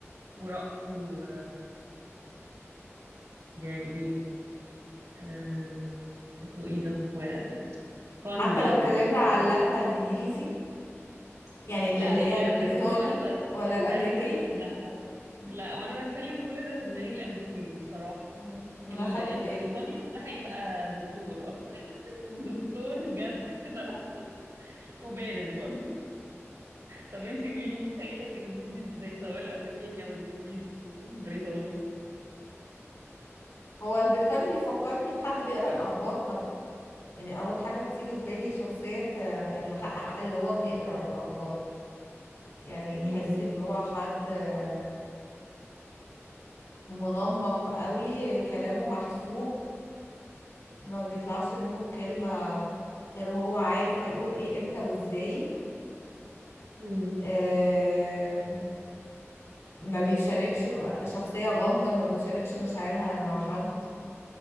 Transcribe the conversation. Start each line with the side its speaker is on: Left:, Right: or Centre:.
Right: ورقص و... ويعني آه، اسمه ايه ده وفن
Left: حتى
Right: يعني
Left: لو اتكلمنا على
Right: فاهمة
Left: اللكنة الإنجليزي يعني ال-
Right: لا
Left: اللي هي
Right: يعني
Left: البريطاني
Right: انا دايما وانا ب...
Left: ولا
Right: بتكلم
Left: الأمريكاني
Right: لا و...
Left: مم.
Right: لا وانا بتكلم كل ده في دماغي الامريكاني بصراحة
Left: مم. أنا
Right: ال...
Left: خدت
Right: البريطاني
Left: بالي
Right: حاساه هيبقى دكتور اكتر <laughs>
Left: مم.
Right: دكتور جد كده وبارد برضه طب انتي قولي لي متخيلة الانجليزي ازاي سواء الامريكاني او الانجليزي البريطاني
Left: هو البريطاني بيفكرني بحد بيقرأ الأخبار طبعا يعني اول حاجه بتيجي في بالي شخصيه آه، اللي حق اللي هو بيقرا الاخبار يعني
Right: امم
Left: تحسي اللي هو حد آه، منمق قوي كلامه محسوب ما بيطلعش منه الكلمه غير وهو عارف هيقول ايه امتى وازاي
Right: امم
Left: آه، ما بيشاركش بقى- شخصيه غامضه ما بتشاركش مشاعرها مع حد